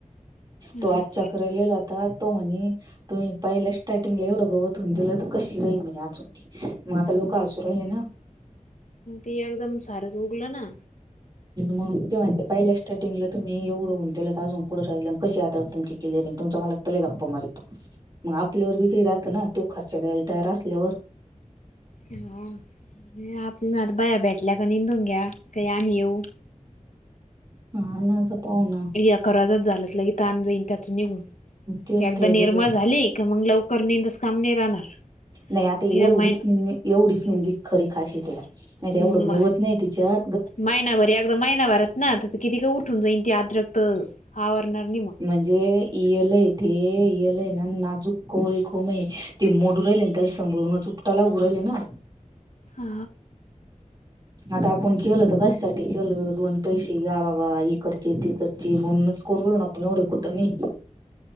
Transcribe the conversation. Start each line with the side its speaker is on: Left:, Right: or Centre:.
Left: मग
Right: तो आजच्याक्रलेला होता तो म्हणे तुम्ही पहिला स्टार्टिंगला एवढं गवतथून दिलं तर कशी राहील म्हणे आजुती मग आता लोक असू राहिले ना
Left: ते एकदम सारंच उगल ना
Right: मग ते माणती पहिल्या स्टार्टिंगला तुम्ही एवढं होऊनला आजूनकडं राहिल कशी आदरा तुम क्लअर तुमच्यालागय गप्पा मार तू मग आपल्यावर बी काही राहतं ना तो खर्च द्यायला तयार असल्यावर
Left: हा आपण आता ब बेटल्या का निंदून घ्या का आ्ही येऊ.
Right: हा ना असं पाव ना.
Left: ि कवाजात झाल अस ल की ताण जाईन त्याचं निघून.
Right: तेच
Left: एकदा
Right: ठरले
Left: निर्मळ झाली का मग लवकर नेंदच कामने राहणार.
Right: नाही आता एवढीच
Left: महिन
Right: एवढीच
Left: एवढीच
Right: निेंदी खरी खाशी आहे
Left: काळजी
Right: तिला नाही एवढं गवत
Left: म
Right: नाही तिच्या
Left: महिनाभर एकदा महिनाभरात ना तर किती काय उठून जाईन ती आद्रक्त हवरणार नाही मग
Right: म्हणजे इयल आहे ते इयल ये ना नाजूक कोळी ख मही ते मोड राहिले त्याला सांभळून उपटा लागू राहिले ना.
Left: हा
Right: आता आपण केल तर कशासाठी केलं दोन पैसे या बाबा इकडचे तीकडची म्हणच. कोरळ नपणेवढ कुटणीनी